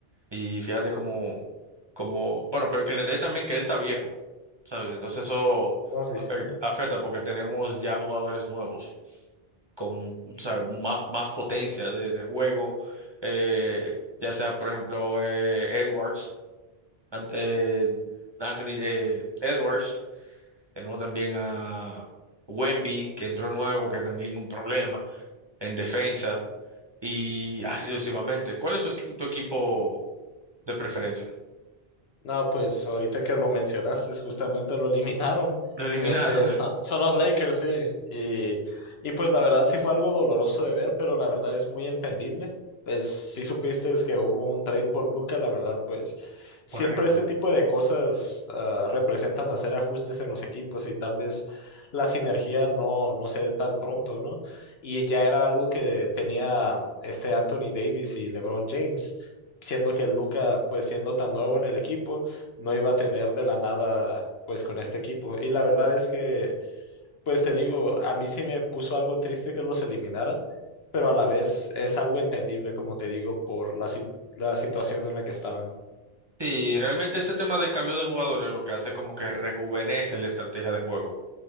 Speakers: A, on the right; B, on the left.
A: Y fíjate cómo, cómo, bueno, pero que el detalle también que él está viejo, ¿sabes? Entonces eso
B: No,
A: afecta,
B: sí, sí.
A: afecta porque tenemos ya jugadores nuevos con, ¿sabes? Más, más potencia de, de juego, eh, ya sea, por ejemplo, eh, Edwards. Ant- eh, Anthony eh, Edwards, tenemos también a Wemby, que entró nuevo, que también un problema en defensa, y así sucesivamente. ¿Cuál es tu, esqui- tu equipo de preferencia?
B: No, pues ahorita que lo mencionaste, justamente lo eliminaron.
A: Lo eliminaron.
B: Este,
A: <laughs>
B: son, son los Lakers, sí. Y, y pues la verdad sí fue algo doloroso de ver, pero la verdad es muy entendible. Pues sí supiste es que hubo un trade por Luca, la verdad, pues siempre
A: Correcto.
B: este tipo de cosas ah, representan hacer ajustes en los equipos y tal vez la sinergia no, no se dé tan pronto, ¿no? Y ya era algo que tenía este Anthony Davis y LeBron James siendo que Luca, pues siendo tan nuevo en el equipo, no iba a tener de la nada, pues con este equipo. Y la verdad es que, pues te digo, a mí sí me puso algo triste que los eliminaran, pero a la vez es algo entendible, como te digo, por la, si- la situación en la que estaban.
A: Sí, realmente ese tema de cambio de jugadores lo que hace como que rejuvenece la estrategia de juego.